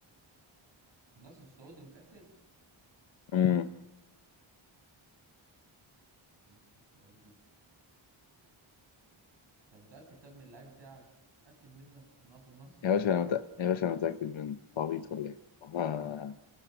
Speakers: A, on the right (about 60°); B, on the left (about 65°).
A: النصر السعودي متأكد
B: مم.
A: النصر السعودي طب متأكد طب من اللعيب بتاعك متأكد منه ان هو في النصر
B: يا باشا أنا متأ... يا باشا أنا متأكد منه أنت عبيط ولا إيه؟ والله